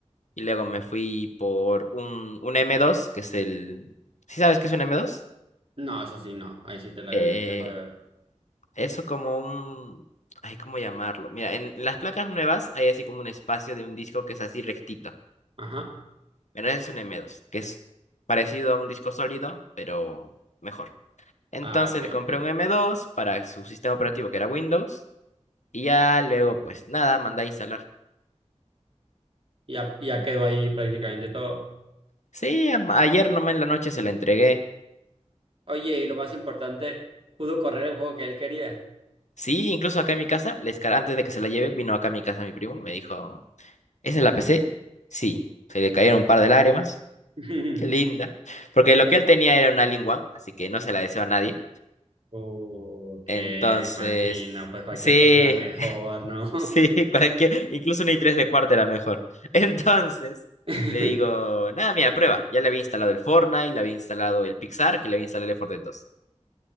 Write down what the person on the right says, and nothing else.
No, eso sí, no. Ahí sí te la
te dejo de ver.
Ajá.
Ah, ok,
ok.
Ya, ya quedó ahí prácticamente todo.
Oye, y lo más importante, pudo correr el juego que él quería.
<laughs>
Uh,
que imagino, pues cualquier
cosa era mejor, ¿no?
<laughs>